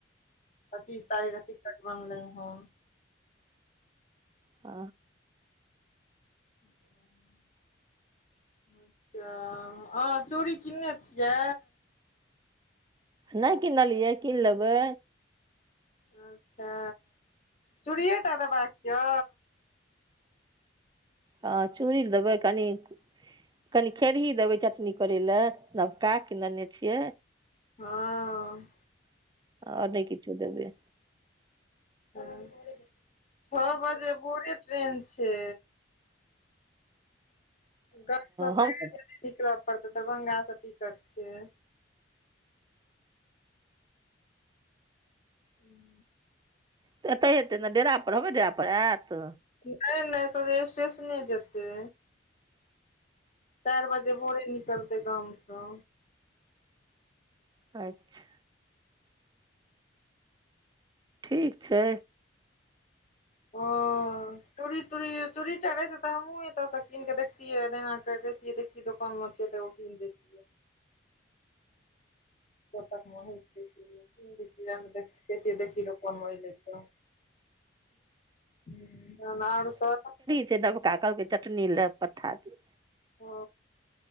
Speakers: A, on the left; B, on the right.
A: पच्चीस तारीखके टिकट बनलै हन
B: आ
A: <inaudible> अच्छा अहाँ चूड़ी किनने छियै
B: नै कीनलियै कीन लेबै
A: अच्छा चूड़िये टा देबाक य
B: हँ चूड़ी लऽ देबै कनी कनी खैरही देबै चटनी करे ले नबका किनने छियै
A: हँ
B: आओर नय किछो देबै।
A: हंँ छौ बजे भोरे ट्रेन छै। कनी सबेरे
B: हम
A: बुझही निकल पड़तै दरभंगा से टिकट छै। <inaudible>
B: तऽ एतैऽ हेतै ने डेरापर हमरे डेरा पर आयत
A: नय नय सोझे स्टेशने जेतै चारि बजे भोरे निकलतै गामसँ।
B: अच्छा ठीक छै
A: हंँ चूड़ी तूड़ी चूड़ी टा रहितै तऽ हमहुँ एतऽ सँ कीनक देखतियै नेहा के कहितियै देख की दोकान मे छियै तऽ एगो किन देति <unintelligible> <unintelligible> कहितियै देखहि ग कोनो एलै तऽ हुँ तहन आओर सब
B: से नबका कहलकै चटनी ले पठा देब।
A: ओ